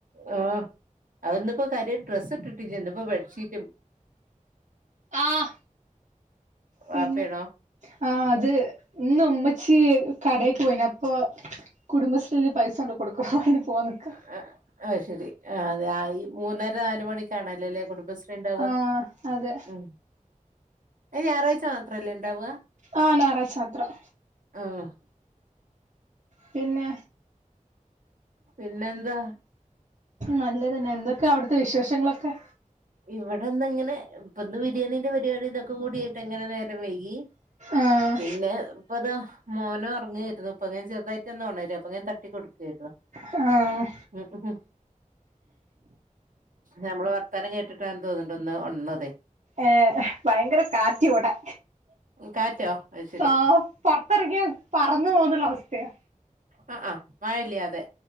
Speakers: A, on the right; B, on the right.
A: ആ അ ഒന്ന് ഇപ്പോ കാര്യ ഡ്രസ് ഇട്ടിട്ടില്ല ഇന്ന്പ്പോ ബെഡ്ഷീറ്റും
B: ആഹ പിന്നെ
A: വാപ്പയാണോ
B: ആഹ അത് ഇന്ന് ഉമ്മച്ചി കടയിൽ പോയിനി അപ്പൊ കുടുംബശ്രീയിൽ പൈസ കൊണ്ട് കൊടുക്കാൻ അയിന് പോവാൻ നിക്ക
A: ആ ആഹ ശരി ആ അതെ ആ ഈ മൂന്നര നാല് മണിക്കാണ അല്ലേ അല്ലെ കുടുംബശ്രി ണ്ടാവ
B: ആഹ് അതെ
A: ഉ അത് ഞായറാഴ്ച മാത്രല്ലെ ഉണ്ടാവുക
B: ആ ഞായറാഴ്ച മാത്രം
A: ആഹ
B: പിന്നെ
A: പിന്നെ എന്താ
B: നല്ലതന്നെ എന്തൊക്കെയ അവിടുത്തെ വിശേഷങ്ങളൊക്കെ
A: ഇവിടെന്തെങ്ങനെ ഇപ്പൊന്ന് ബിരിയാണിന്റെ പരിപാടി ഇതൊക്കെ കൂടിയായിട്ട് ഇങ്ങനെ നേരം വൈകി
B: ആഹ്
A: പിന്നെ പ്പതാ മോനൊറങ്ങേരുന്നു ഇപ്പൊ ഞാൻ ചെറുതായിട്ടൊന്നൊണരായിരുന്നു അപ്പൊ ഞാൻ തട്ടി കൊടുക്കേരുന്നു.
B: ആ
A: ഉ ഉ നമ്മളെവർത്താനം കേ ട്ടാന്ന് തോന്ന്ണ്ട് ഒന്ന് ഓണർന്നത്തെ.
B: ഏ ഭയങ്കര കാറ്റിവ്ടെ
A: കാറ്റോ അത് ശരി
B: ആ പൊർത്തെറങ്ങിയാ പറന്ന് പോന്നുള്ള അവസ്ഥെയാ.
A: അ അ മഴെല്ലാതെ